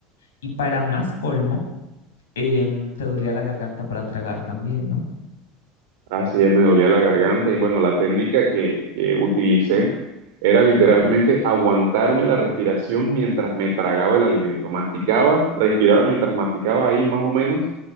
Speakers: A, on the left; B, on the right.
A: y para más colmo, em, te dolía la garganta para tragar también, ¿no?
B: Así es, me dolía la garganta y bueno, la técnica que, que utilicé era literalmente aguantarme la respiración mientras me tragaba el alimento. Masticaba, respiraba mientras masticaba ahí más o menos,